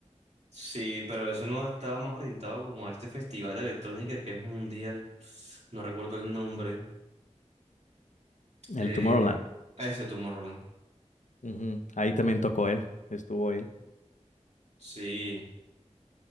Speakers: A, on the right; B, on the left.
A: Sí, pero eso no estaba más orientado como a este festival de electrónica que es mundial. No recuerdo el nombre. Eh,
B: El Tomorrowland.
A: a ese Tomorrowland.
B: Ujú. Ahí también tocó él. Estuvo él.
A: Sí,